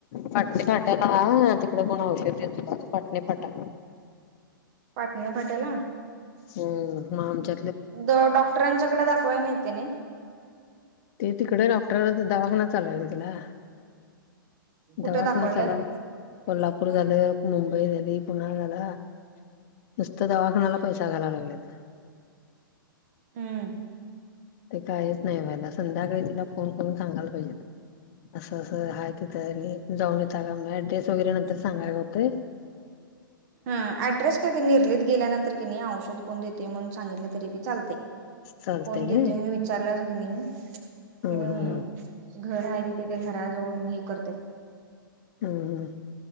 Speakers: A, on the left; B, on the right.
A: फाटणे फाट्याला तिकडे कोण औषध द तु त पाटणे फाटा.
B: पाटणे फट्याला.
A: हो मा आमच.
B: द डॉक्टरांच्याकडे दाखवाय नाही ते नाही.
A: ते तिकडे डॉक्टरवर दवाखाना चालूय तिला.
B: कुठे
A: दवाखाना
B: दाखवायल्यात
A: चालू आहे. कोल्हापूर झालं मुंबई झाली पुन झाला नुसतं दवाखान्याला. पैसा घायला लागल्यात.
B: हम्म.
A: ते काहीच नाही व्हायला संध्याकाळी तिला फोन करून सांगायला पाहिजे. असं असं आहे तिथं जाऊन येत का मग ऍड्रेस वगैरे नंतर सांगाय का होते.
B: ह ऍड्रेस काय ते निर्लीित गेल्यानंतर कि नाही औषध कोण देते म्हणून सांगितलं तरी बी चालते.
A: चालतंय
B: कोण देते
A: ना
B: म्ह विचारला अस की नाही
A: हम्म
B: की नाही.
A: हम्म
B: घर आहे तिथे ते घराजवळन हे करतात.
A: हम् हम्.